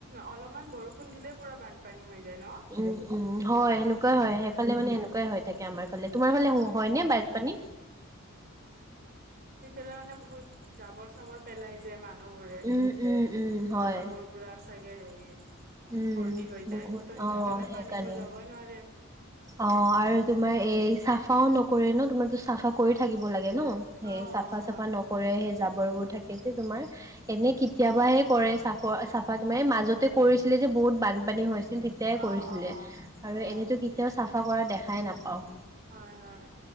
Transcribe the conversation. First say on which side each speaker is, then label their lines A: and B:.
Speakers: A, on the right; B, on the right.
A: অলপমান বৰষুণ দিলে পুৰা বানপানী হৈ যায় ন।
B: উম উম হয় এনেকুৱাই
A: উম
B: হয় সেইফালে মানে এনেকুৱাই হয় থাকে আমাৰ। ফালে তোমাৰ ফালে
A: অ
B: হ হয় নে বান পানী?
A: সেইফালে মানে বহুত জাবৰ চাবৰ পেলাই যে মানুহ বোৰে,
B: উম উম উম
A: নলাবোৰ
B: হয়
A: পোৰা চাগে হেৰি ভৰ্তি
B: উম
A: হৈ যায়
B: বহুত
A: ত সেইটোৰ
B: অ
A: কাৰণে
B: সেইকাৰণে
A: পানীবোৰ যাবই নোৱাৰে।
B: অ আৰু তোমাৰ এই চাফাও নকৰে ন তোমাৰতো চাফা কৰি থাকিব লাগে। ন সেই
A: অ
B: চাফা
A: অ হয়
B: চাফা নকৰে সেই জাবৰবোৰ থাকে যে তোমাৰ এনে কেতিয়াবাহে কৰে চাফৰ চাফা তোমাৰ য়ে মাজতে কৰিছিলে যে বহুত বানপানী হৈছিল তিত- তে
A: অ
B: কৰিছিলে
A: অ অ
B: আৰু
A: অ
B: এনেইতো কেতিয়াও চাফা কৰা দেখাই নাপাওঁ।
A: হয় হয়।